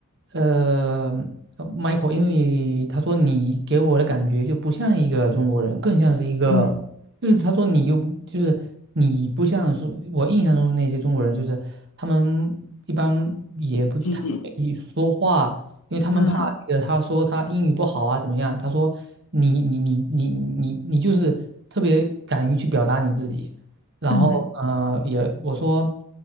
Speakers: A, on the right (about 55°); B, on the left (about 80°).
A: 呃呃，Michael，因为他说你给我的感觉就不像一个中国人，更像是一个，
B: 嗯，
A: 就是他说你又不就是你不像是我印象中的那些中国人，就是。他们一般也不太愿意说话，
B: 拘谨，
A: 因为他们怕那个他说他英语不好啊怎么样？
B: 嗯
A: 他说你你你你你你就是特别敢于去表达你自己，然后呃也我说
B: 嗯，